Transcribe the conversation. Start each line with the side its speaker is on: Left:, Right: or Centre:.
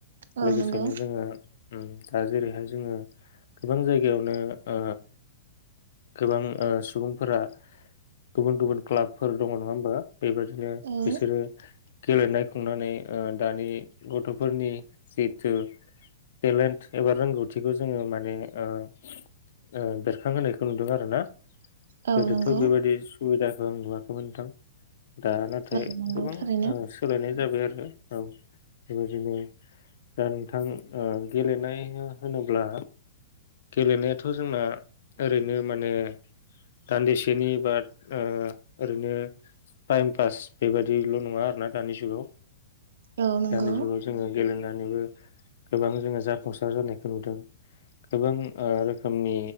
Right: औ
Left: लोगोसेनो
Right: नंगौ
Left: जोङो उम दा जेरैहाय जोङो गोबां जायगायावनो ओ गोबां ओ सुबुंफोरा गुबुन गुबुन क्लाबफोर दङ नङा होमबा। बेबायदिनो
Right: औ
Left: बिसोरो गेलेनाय खुंनानै ओ दानि गथ'फोरनि जिहेथु टेलेन्ट एबा रोंगौथिखौ जोङो माने ओ ओ बेरखांहोनायखौ नुदों आरोना
Right: औ
Left: गोदोथ'
Right: नंगौ
Left: बेबायदि सु सुबिदाखौ आं नुवाखैमोन नोंथां। दा नाथाय
Right: औ नंगौ
Left: गोबां
Right: थारैनो
Left: सोलायनाय जाबाय आरो औ बेबायदिनो दा नोंथां ओ गेलेनाय होनोब्ला गेलेनायाथ जोंना ओरैनो माने दान्दिसेनि बा ओ ओरैनो टाइम पास बेबादिल नङा आरोना दानि जुगाव
Right: औ नंगौ
Left: दानि जुगाव जोङो गेलेनानैबो गोबां जोङो जाफुंसार जानायखौ नुदों। गोबां ओ रोखोमनि